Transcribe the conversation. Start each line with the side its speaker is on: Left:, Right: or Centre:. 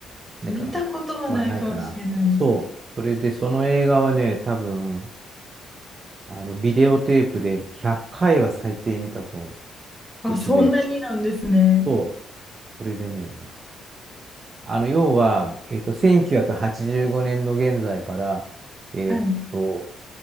Right: ないかなはないかな。
Centre: 見たことはないかもしれないです。
Right: そう。それで、その映画はね、多分、あの、ビデオテープで100回は最低見たと、
Centre: あ、
Right: うちで。
Centre: そんなになんですね。
Right: そう。それでね、あの、要は、えっと、1985年の現在から、えっと、
Centre: はい、